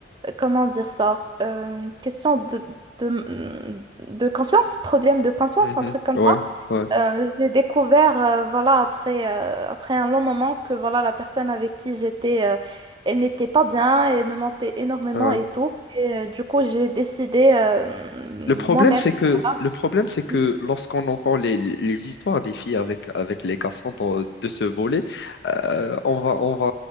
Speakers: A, on the right (about 25°); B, on the left (about 60°).
A: Comment dire ça? Euh, une question de, de, de confiance, problème de confiance,
B: mhm.
A: un truc comme
B: Ouais,
A: ça.
B: ouais,
A: Euh, j'ai découvert, euh, voilà, après, euh, après un long moment que voilà, la personne avec qui j'étais, euh, elle n'était pas bien, elle me mentait énormément
B: ouais.
A: et tout. Et euh, du coup, j'ai décidé euh,
B: Le problème,
A: moi-même.
B: c'est que
A: voilà.
B: le problème, c'est que
A: Non,
B: lorsqu'on entend les, les histoires des filles avec, avec les garçons dans- de ce volet, euh, on va, on va,